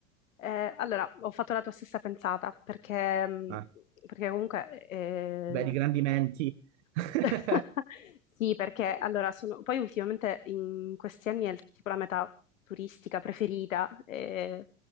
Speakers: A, on the left (about 80°); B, on the right (about 60°).
A: Eh, allora ho fatto la tua stessa pensata perché, mh,
B: Eh,
A: perché comunque eh,
B: vedi, Eh, grandi menti. <laughs>
A: <laughs> Sì, perché allora sono... Poi ultimamente in questi anni è il- tipo la meta turistica preferita, e-